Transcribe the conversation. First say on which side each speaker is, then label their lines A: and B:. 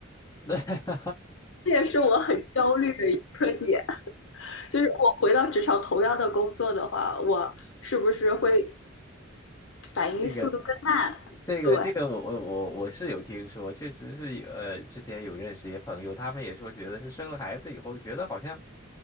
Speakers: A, on the left (about 15°); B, on the left (about 75°).
A: <laughs>
B: 这也是我很焦虑的一个点。就是我回到职场同样的工作的话，我是不是会反应速度更慢？
A: 这个这个这个我我我我是有听说，
B: 对，
A: 确实是有呃，之前有认识一些朋友，他们也说觉得是生了孩子以后，觉得好像